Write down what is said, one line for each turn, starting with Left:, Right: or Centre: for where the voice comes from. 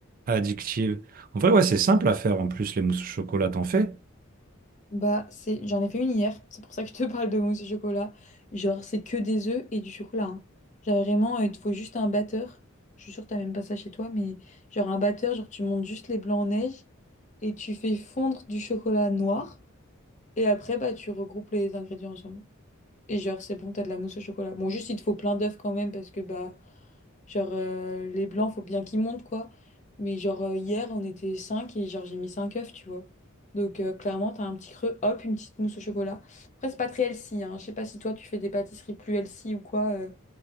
Right: addictive. En vrai, ouais, c'est simple à faire en plus, les mousses au chocolat, t'en fais?
Left: Bah, c'est... J'en ai fait une hier, c'est pour ça que je te <laughs> parle de mousse au chocolat. Genre, c'est que des œufs et du chocolat. hein. Genre, vraiment, euh, il te faut juste un batteur. Je suis sûre que t'as même pas ça chez toi, mais genre un batteur, genre tu montes juste les blancs en neige et tu fais fondre du chocolat noir. Et après, bah, tu regroupes les ingrédients ensemble. Et genre, c'est bon, t'as de la mousse au chocolat. Bon, juste, il te faut plein d'œufs quand même, parce que, bah, genre, euh, les blancs, faut bien qu'ils montent, quoi. Mais genre, euh, hier, on était 5 et genre, j'ai mis 5 œufs, tu vois. Donc, euh, clairement, t'as un petit creux, hop, une petite mousse au chocolat. Après, c'est pas très healthy, hein. Je sais pas si toi, tu fais des pâtisseries plus healthy ou quoi, euh,